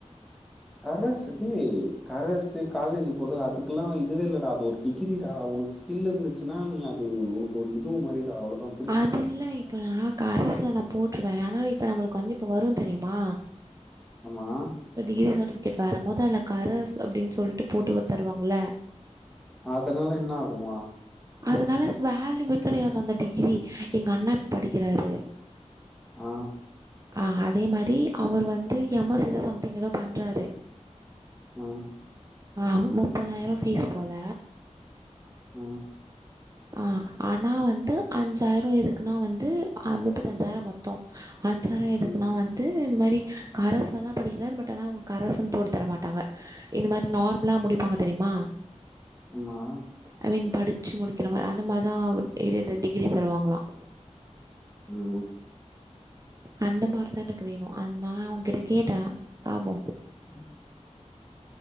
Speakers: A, in the centre; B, on the right.
A: கரஸ் டே கரஸ் காலேஜ் போட்றது அதுக்கெல்லா இதுவே இல்லடா அது ஒரு டிகிரி டா ஒனக்கு கில்லு இருந்துச்சுன்னா நீ அது உனக்கு ஒரு இது மாரிடா அவ்ளோதா
B: அதுல்ல இப்ப நா கரஸ்சுல நா போட்டுருவே ஆனா இப்ப நம்மளுக்கு வந்து இப்ப வரு தெரியுமா
A: அம்மா
B: இப்ப டிகிரி சட்விகேட் வரமோது அதுல கரஸ் அப்டின்னு சொல்ட்டு போட்டுவ தருவாங்கள
A: அதனால என்ன ஆகுமா
B: அதுனால வேல்யூவே கிடையாது அந்த டிகிரி எங்க அண்ணா படிக்கிறாரு
A: ஆ
B: அ அதே மாரி அவர் வந்து என் அம்மா <unintelligible> தா சம்திங் ஏதோ பண்ணுறாரு
A: ஆ
B: ஆ முப்பதாயிரம் ஃபீஸ் போல
A: ம்
B: ஆ ஆனால வந்து அஞ்சாயிரம் எதுக்குன்னா வந்து முப்பத்தஞ்சாயிரம் மொத் தோ அன்சாரொ எதுக்குனா
A: ம்
B: வந்து வந்து இந்த மாதிரி கரரஸ்ல தா படிக்கிறார் பட் ஆனா அவங்க கரரசுன்னு போட்டு தர மாட்டாங்க இந்த மாரி நார்மலா முடிப்பாங்க தெரியுமா
A: ஆமா
B: ஐ மீன் படிச்சு முடிக்கிற மாரி அந்த மாதிரிதான் எது எ டிகிரி தருவாங்களாம்
A: ம்
B: அந்த மாரி தா எனக்கு வேணும் நா அவுங்கிட்ட கேட்டேன் பாபொ
A: <inaudible>